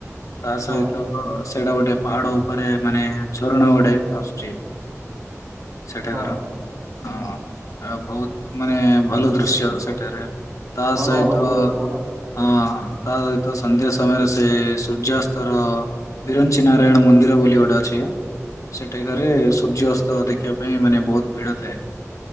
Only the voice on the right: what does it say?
ହଁ
ହଁ ହୁଁ
ଭଲ
ଅନୁଭୂତି ଥିବ ନା